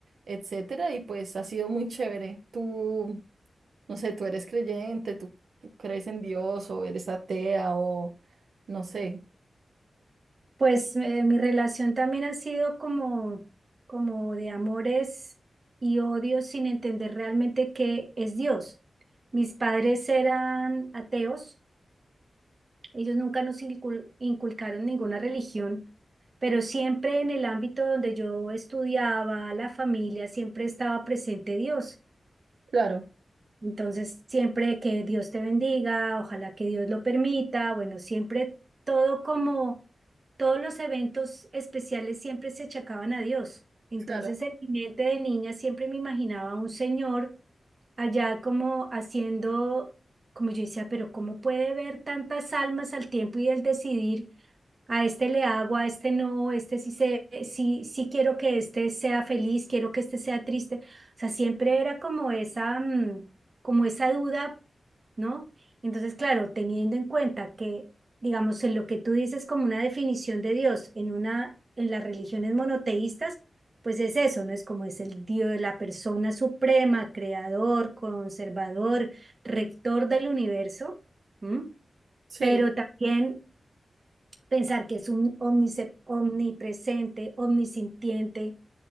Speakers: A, on the right; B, on the right.
A: etcétera, y pues ha sido muy chévere. Tú, no sé, tú eres creyente, tú, tú crees en Dios o eres atea o no sé.
B: Pues eh, mi relación también ha sido como, como de amores y odios sin entender realmente qué es Dios. Mis padres eran ateos, ellos nunca nos incul- inculcaron ninguna religión, pero siempre en el ámbito donde yo estudiaba, la familia, siempre estaba presente Dios.
A: Claro,
B: Entonces, siempre que Dios te bendiga, ojalá que Dios lo permita, bueno, siempre todo como todos los eventos especiales siempre se achacaban a Dios. Entonces,
A: claro,
B: en mi mente de niña siempre me imaginaba a un señor allá como haciendo, como yo decía, pero ¿cómo puede ver tantas almas al tiempo y el decidir, a este le hago, a este no, este sí, se, sí, sí quiero que este sea feliz, quiero que este sea triste? O sea, siempre era como esa, mm, como esa duda, ¿no? Entonces, claro, teniendo en cuenta que, digamos, en lo que tú dices como una definición de Dios, en una, en las religiones monoteístas, pues es eso, ¿no? Es como es el Dios, la persona suprema, creador, conservador, rector del universo, ¿m?
A: sí,
B: pero también pensar que es un omnice- omnipresente, omnisintiente,